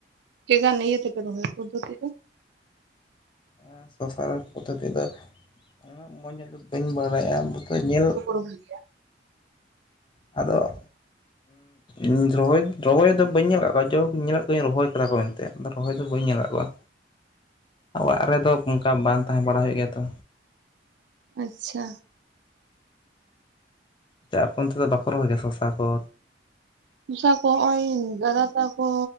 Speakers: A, on the right; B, on the left.
A: ᱪᱮᱠᱟᱱ ᱤᱭᱟᱹ ᱛᱮ ᱯᱮ ᱨᱚᱦᱚᱭᱼᱟ ᱯᱚᱫᱽᱫᱷᱚᱛᱤ ᱠᱚ
B: ᱮᱸ ᱥᱚᱝᱥᱟ ᱯᱚᱫᱽᱫᱷᱚᱛᱤ ᱫᱚ ᱩᱱᱟᱹᱜ ᱢᱚᱸᱡᱽ ᱵᱟᱹᱧ ᱵᱟᱲᱟᱭᱟ <unintelligible> ᱧᱮᱞ
A: ᱯᱩᱨᱟᱹ ᱦᱩᱭᱩᱜ ᱜᱮᱭᱟ᱾
B: ᱟᱫᱚ ᱚᱸ ᱨᱚᱦᱚᱭ ᱨᱚᱦᱚᱭ ᱫᱚ ᱵᱟᱹᱧ ᱧᱮᱞ ᱟᱠᱟᱫ ᱠᱚᱣᱟ ᱡᱚᱠ ᱧᱮᱞ ᱠᱚᱣᱟᱹᱧ ᱨᱚᱦᱚᱭ ᱠᱟᱫᱟ ᱠᱚ ᱢᱮᱱ ᱛᱮᱫ ᱨᱚᱦᱚᱭ ᱫᱚ ᱵᱟᱹᱧ ᱧᱮᱞ ᱟᱠᱟᱫ ᱠᱚᱣᱟ᱾
A: <inaudible>
B: ᱚᱲᱟᱜ ᱨᱮᱫᱚ ᱚᱱᱠᱟ ᱵᱟᱝ ᱛᱟᱦᱮᱸ ᱵᱟᱲᱟ ᱦᱩᱭᱩᱜ ᱜᱮᱭᱟ ᱛᱚ᱾
A: ᱟᱪᱪᱷᱟ
B: ᱪᱟᱜ ᱟᱯᱮ ᱚᱱᱛᱮ ᱫᱚ ᱵᱟᱠᱚ ᱨᱚᱦᱚᱭ ᱜᱮᱭᱟ ᱥᱚᱥᱟ ᱠᱚ?
A: ᱥᱚᱥᱟ ᱠᱚ ᱦᱚᱜᱼᱚᱭ ᱫᱟᱫᱟ ᱛᱟᱠᱚ